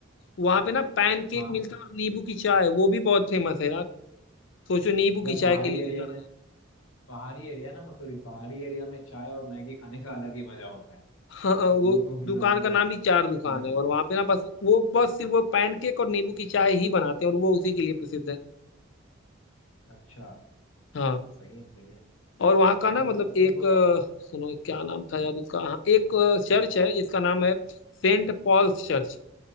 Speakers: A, on the left (about 60°); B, on the left (about 80°).
A: वहाँ पे ना पैन केक
B: हाँ
A: मिलता है और नींबू की चाय वो भी बहुत फेमस है यार सोचो नींबू की
B: जब
A: चाय
B: पहाड़ी
A: के लिए
B: एरिया
A: भी जाना
B: में
A: जाता है
B: पहाड़ी एरिया ना मसूरी पहाड़ी एरिया में चाय और मैगी खाने का अलग ही मजा होता है
A: हाँ हाँ,
B: तो
A: वो
B: वो तो मतलब
A: दुकान
B: हम
A: का
B: लोग
A: नाम ही चार दुकान
B: fitness
A: है और
B: में-
A: वहाँ पे ना बस वो बस सिर्फ वो पैन केक और नींबू की चाय ही बनाते हैं और वो उसी के लिए प्रसिद्ध है
B: अच्छा
A: हाँ
B: सही है सही है
A: और वहाँ का ना
B: तो
A: मतलब
B: मतलब
A: एक अ, सुनो क्या नाम था यार उसका हाँ एक चर्च
B: क्या
A: है जिसका नाम है सेंट पॉल्स चर्च